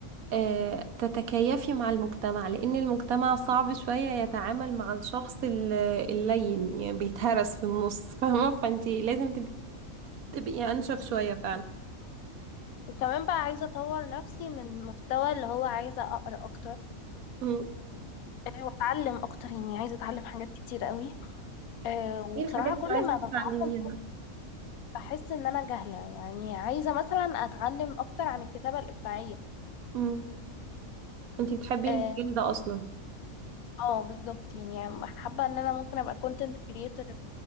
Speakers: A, on the right; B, on the left.
A: آه، تتكيفي مع المجتمع لان المجتمع صعب شوية يتعامل مع الشخص ال- اللين يعني بيتهرس في النص <laughs> فاهمة فانتي لازم تب- تبقي انشف شوية فعلا
B: وكمان بقى عايزة اطور نفسي من مستوى اللي هو عايزة اقرا اكتر
A: مم.
B: آه، واتعلم اكتر يعني عايزة اتعلم حاجات كتير قوي آه، وبصراحة
A: ايه الحاجات اللي
B: كل
A: عايزة
B: ما
A: تتعلميها
B: بتعلم بحس ان انا جاهله يعني عايزه مثلا اتعلم اكتر عن الكتابه الابداعيه
A: مم. انتي بتحبي
B: اه
A: المجال ده اصلا
B: آه، بالظبط يعني حابه ان انا ممكن ابقى كونتنت كريتور